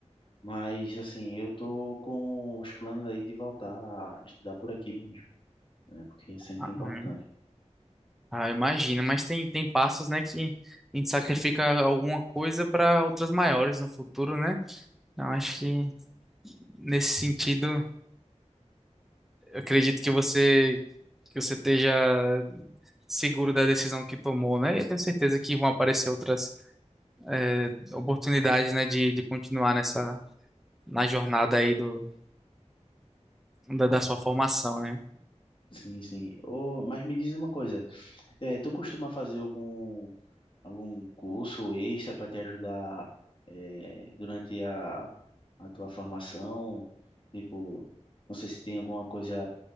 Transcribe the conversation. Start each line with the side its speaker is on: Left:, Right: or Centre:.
Left: Mas, assim, eu tô com os planos aí de voltar a estudar por aqui mesmo, né? Porque é sempre
Centre: Ah,
Left: importante.
Centre: hum, ah, imagino, mas tem, tem passos, né, que a gente sacrifica alguma coisa para outras maiores no futuro, né? Eu acho que nesse sentido, eu acredito que você que você esteja seguro da decisão que tomou, né? E eu tenho certeza que vão aparecer outras eh, oportunidades, né, de, de continuar nessa na jornada aí do da, da sua formação, né?
Left: Sim, sim. Ô, mas me diz uma coisa, é, tu costuma fazer algum, algum curso extra para te ajudar, é, durante a, a tua formação? Tipo, não sei se tem alguma coisa,